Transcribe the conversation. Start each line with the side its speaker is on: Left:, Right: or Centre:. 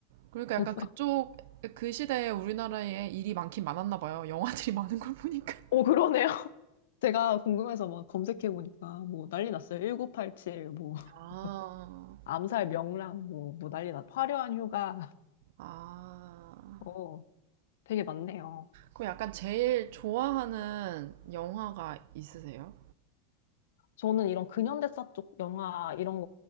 Right: 그러니까 약간
Left: <laughs>
Right: 그쪽, 그 시대에 우리나라에 일이 많긴 많았나 봐요. 영화들이 <laughs> 많은 걸 보니까.
Left: 오, 그러네요. 제가 궁금해서 막 검색해보니까 뭐 난리 났어요. 1987, 뭐, <laughs>
Right: 아,
Left: 암살 명랑, 뭐, 뭐 난리 났, 화려한 휴가.
Right: 아.
Left: <laughs> 어, 되게 많네요.
Right: 그럼 약간 제일 좋아하는 영화가 있으세요?
Left: 저는 이런 근현대사 쪽 영화 이런